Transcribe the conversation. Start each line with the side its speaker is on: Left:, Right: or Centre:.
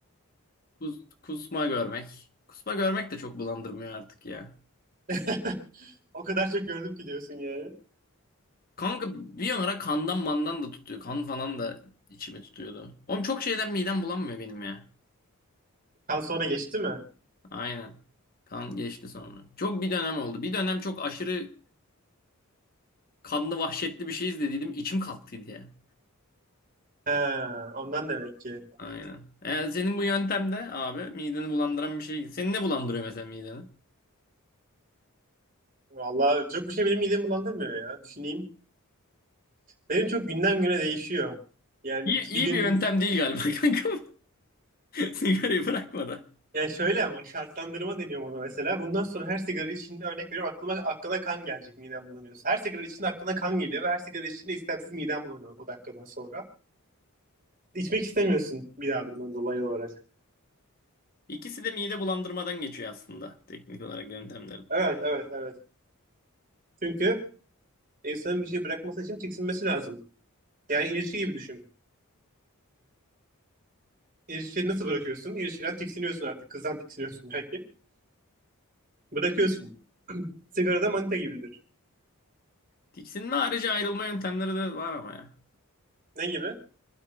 Left: kus- kusma görmek. Kusma görmek de çok bulandırmıyor artık ya.
Right: <laughs> O kadar çok gördüm ki diyorsun yani.
Left: Kanka bir ara kandan mandan da tutuyor. Kan falan da içimi tutuyordu. Oğlum çok şeyden midem bulanmıyor benim ya.
Right: Kan sonra geçti mi?
Left: Aynen. Kan geçti sonra. Çok bir dönem oldu. Bir dönem çok aşırı kanlı vahşetli bir şey izlediydim. İçim kalktıydı ya.
Right: He, ondan demek ki.
Left: Aynen. Yani senin bu yöntemde de abi mideni bulandıran bir şey. Seni ne bulandırıyor mesela mideni?
Right: Vallahi çok bir şey benim midemi bulandırmıyor ya. Düşüneyim. Benim çok günden güne değişiyor. Yani
Left: İyi, iyi
Right: bir gün
Left: bir yöntem değil galiba <laughs> kanka. Sigarayı bırakmadan.
Right: Ya şöyle ama şartlandırma deniyor buna mesela. Bundan sonra her sigara içinde örnek veriyorum aklıma aklına kan gelecek midem bulanıyorsa. Her sigara içinde aklına kan geliyor ve her sigara içinde istemsiz midem bulanıyor o dakikadan sonra. İçmek istemiyorsun bir daha bundan dolayı olarak.
Left: İkisi de mide bulandırmadan geçiyor aslında teknik olarak yöntemlerin.
Right: Evet evet evet. Çünkü insanın bir şey bırakması için tiksinmesi lazım. Yani ilişki gibi düşün. İlişkiyi nasıl bırakıyorsun? İlişkiden tiksiniyorsun artık. Kızdan tiksiniyorsun belki. Bırakıyorsun. <clears throat> Sigara da manita gibidir.
Left: Tiksinme harici ayrılma yöntemleri de var ama ya.
Right: Ne gibi?